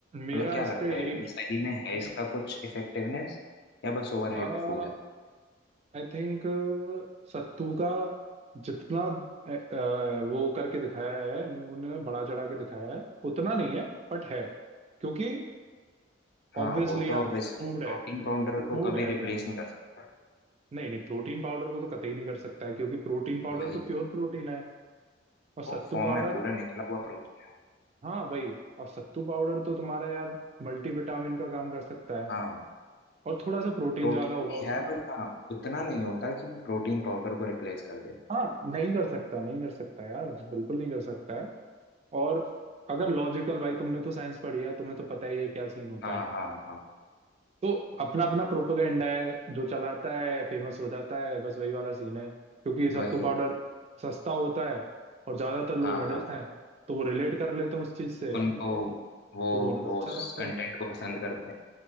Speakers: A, on the right; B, on the left.
A: मेरा
B: मतलब क्या
A: इस
B: लगता
A: पे
B: है
A: यही
B: कि ये सही में है इसका कुछ इफेक्टिवनेस या बस ओवरहाइप्ड
A: आई
B: फूड है
A: थिंक सत्तू का जितना अ, अ, वो करके दिखाया है उन- उन्होंने बड़ा चढ़ा के दिखाया है उतना नहीं है बट है क्योंकि
B: हाँ
A: ऑब्वियसली
B: वो तो
A: यार
B: ऑब्वियसली
A: फूड है
B: प्रोटीन पाउडर को
A: फूड
B: कभी
A: है
B: रिप्लेस
A: वो
B: नहीं कर सकता
A: नहीं नहीं प्रोटीन पाउडर को तो कतई नहीं कर सकता है क्योंकि प्रोटीन पाउडर
B: वही
A: तो प्योर प्रोटीन है और सत्तू
B: वो फॉर्म
A: पाउडर
B: है पूरा निकला हुआ प्रोटीन
A: हाँ वही और सत्तू पाउडर तो तुम्हारा यार मल्टीविटामिन का काम कर सकता है
B: हाँ
A: और थोड़ा सा प्रोटीन
B: प्रोटीन
A: ज्यादा होगा
B: भी
A: उसमें
B: है बट हाँ उतना नहीं होता कि प्रोटीन पाउडर को रिप्लेस कर दे
A: हाँ नहीं कर सकता नहीं कर सकता यार बिल्कुल नहीं कर सकता है और अगर लॉजिकल भाई तुमने तो साइंस पढ़ी है तुम्हें तो पता ही है क्या सीन होता
B: हाँ
A: है
B: हाँ हाँ
A: तो अपना अपना प्रोपेगेंडा है जो चलाता है फेमस हो जाता है बस वही वाला सीन है क्योंकि सत्तू
B: वही
A: पाउडर सस्ता होता है और ज्यादातर लोग
B: हाँ
A: मिडिल
B: हाँ
A: क्लास हैं तो वो रिलेट कर लेते हैं उस चीज से
B: उनको कंटेंट वो
A: तो वो उनको
B: वो
A: अच्छा लगता
B: कंटेंट
A: है
B: को पसंद करते हैं